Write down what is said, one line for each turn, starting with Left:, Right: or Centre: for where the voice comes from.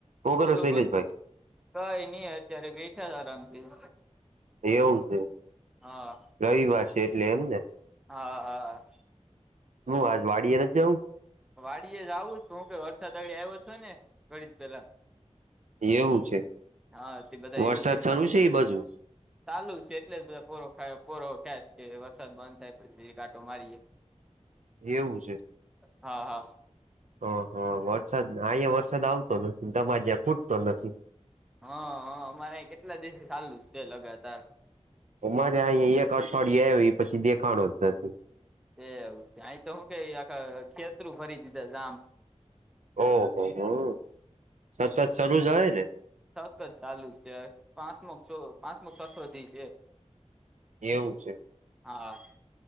Right: હું કરું
Centre: બોલો
Right: શૈલેષભાઈ
Centre: કઈ નઈ અત્યારે બેઠા આરામથી.
Right: એવું છે
Centre: હા
Right: રવિવાર છે એટલે એમને.
Centre: હા હા.
Right: હું આજ વાડીયે ન જ જઉં.
Centre: વાડીએ જ આવું હું કે વરસાદ આગળી આવ્યો છો ને ઘડી પેલા.
Right: એવું છે
Centre: હા તે બધા
Right: વરસાદ
Centre: એમ કઈ
Right: શરૂ છે એ બાજુ?
Centre: ચાલુ છે એટલે બધા પૂરો પૂરો ખ્યા કે વરસાદ બંધ થાય. ચેક આટો મારીએ
Right: એવું
Centre: હા હા.
Right: ઓહ વરસાદ અહીંયા વરસાદ આવતો નથી તમા જ્યાં ખૂટતો નથી.
Centre: હા હા અમારે કેટલા દિવસે ચાલુ છે લગાતાર.
Right: મારે અહી એક અઠવાડિ આવ પછી દેખાણ જ નથી.
Centre: એ સય તો હું ક આખા ખેતરું ફરી દીધા જમ.
Right: ઓહોહ સતત શરૂ થઈ જાય ને.
Centre: થક જ ચાલુ છે પાંચમ છ પાંચમ છઠોથી છે.
Right: એવું છે.
Centre: હા.